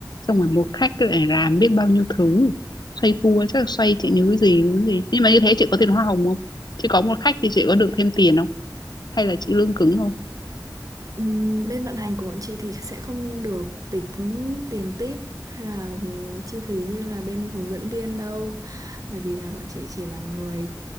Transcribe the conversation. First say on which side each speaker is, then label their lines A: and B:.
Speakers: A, on the left; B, on the right.
A: Xong rồi một khách lại làm biết bao nhiêu thứ. Xoay tua chắc là xoay chị nhớ gì đúng gì. Nhưng mà như thế chị có tiền hoa hồng không? Chị có một khách thì chị có được thêm tiền không? Hay là chị lương cứng thôi?
B: Ừm, bên vận hành của bọn chị thì sẽ không được tính tiền tip hay là ừm, chi phí như là bên hướng dẫn viên đâu bởi vì là bọn chị chỉ là người